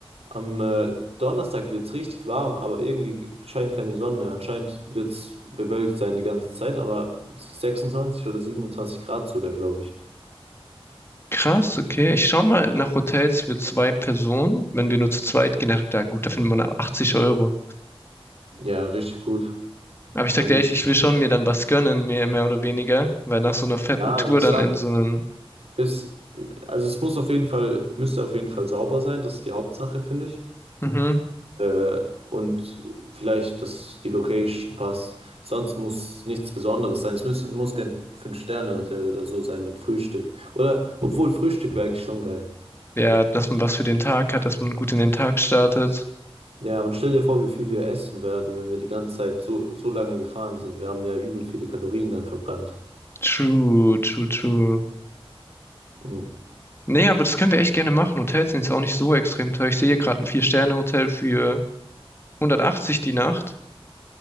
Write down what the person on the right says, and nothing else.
am äh, Donnerstag wird es richtig warm, aber irgendwie g- scheint keine Sonne. Anscheinend wird es bewölkt sein die ganze Zeit, aber 26 oder 27 Grad sogar, glaube ich.
Ja, richtig gut.
Also,
ja,
ich
sag,
bis, also es muss auf jeden Fall, müsste auf jeden Fall sauber sein, das ist die Hauptsache, finde ich.
Äh, und vielleicht, dass die Location passt. Sonst muss nichts Besonderes sein. Es muss, muss kein Fünf-Sterne-Hotel oder so sein mit Frühstück. Oder, obwohl Frühstück wäre eigentlich schon geil.
Ja, und stell dir vor, wie viel wir essen werden, wenn wir die ganze Zeit so, so lange gefahren sind. Wir haben ja übel viele Kalorien dann verbrannt.
Mhm.